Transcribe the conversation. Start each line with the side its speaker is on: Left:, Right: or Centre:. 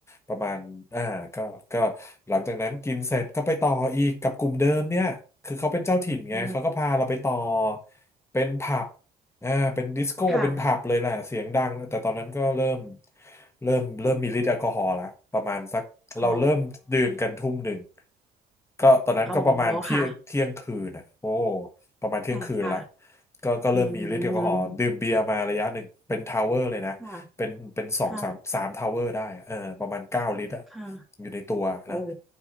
Left: ประมาณอ่าก็ก็หลังจากนั้นกินเสร็จก็ไปต่ออีกกับกลุ่มเดิมเนี่ยคือเขาเป็นเจ้าถิ่นไงเขาก็พาเราไปต่อ
Centre: อืม
Left: เป็นผับอ่าเป็นดิสโก้เป็นผับเลยแหละเสียงดังแต่ตอนนั้นก็เริ่ม
Centre: ค่ะ
Left: เริ่มเริ่มมีฤทธิ์แอลกอฮอล์ละประมาณสักเราเริ่มดื่มกันทุ่มหนึ่ง
Centre: อ๋อ
Left: ก็ตอนนั้นก็ประมาณเที่ยงเที่ยงคืนอ่ะโอ้
Centre: อ๋อค่ะ
Left: ประมาณเที่ยงคืนละ
Centre: ค่ะค่ะ
Left: ก็ก็เริ่มมีฤทธิ์แอลกอฮอล์ดื่มเบียร์มาระยะหนึ่งเป็นทาวเวอร์เลยนะ
Centre: อืมค่ะ
Left: เป็นเป็นสองสามสามทาวเวอร์ได้อะเออประมาณเก้าลิตรอะ
Centre: ค่ะค่ะ
Left: อยู่ในตัวนะ
Centre: โอ้